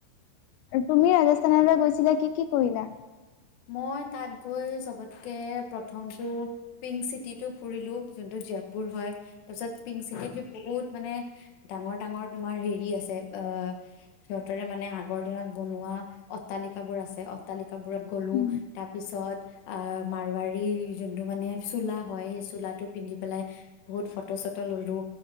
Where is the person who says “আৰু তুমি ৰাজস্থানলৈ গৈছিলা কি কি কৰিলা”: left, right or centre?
Left